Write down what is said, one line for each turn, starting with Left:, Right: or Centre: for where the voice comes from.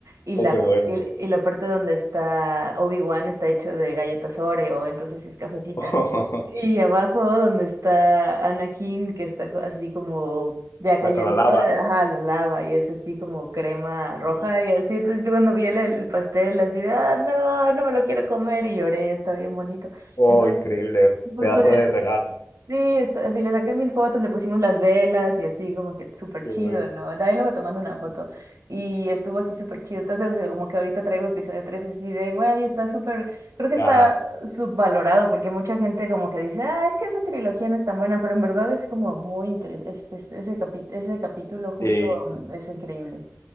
Right: y la,
Left: Oh, qué
Right: p-
Left: bueno.
Right: y, y la parte donde está Obi-Wan está hecho de galletas Oreo, entonces es cafecita.
Left: <laughs>
Right: Y abajo donde está Anakin, que está co- así como ya cayendo,
Left: La con la lava,
Right: eh,
Left: ¿no?
Right: ajá, la lava, y es así como crema
Left: Oh,
Right: roja y así. Entonces yo cuando vi el, el pastel así de, ah, no, no me lo quiero comer y lloré, está bien bonito.
Left: oh,
Right: Entonces,
Left: increíble.
Right: justo...
Left: Pedazo de regalo.
Right: Sí, esto- así le saqué mil fotos, le pusimos las velas y así como que súper
Left: Qué
Right: chido,
Left: bueno.
Right: ¿no? Ahí luego tomando una foto y estuvo así súper chido. Entonces eh, como que ahorita traigo episodio 3 así de, güey, está súper, creo que
Left: Ya,
Right: está subvalorado porque mucha gente como que dice, ah, es que esa trilogía no es tan buena, pero en verdad es como muy interesante, ese, capi- ese capítulo justo
Left: sí,
Right: mm, es increíble.